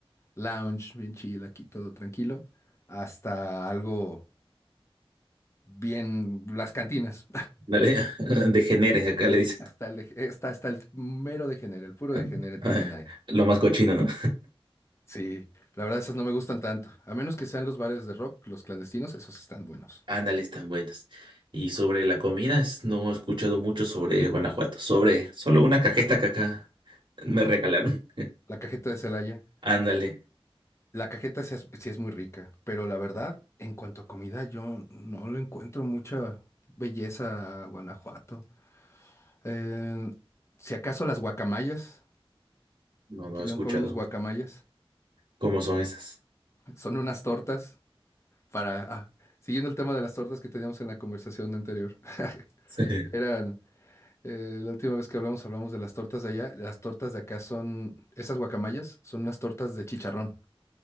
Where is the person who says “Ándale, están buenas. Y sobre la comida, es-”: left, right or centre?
Right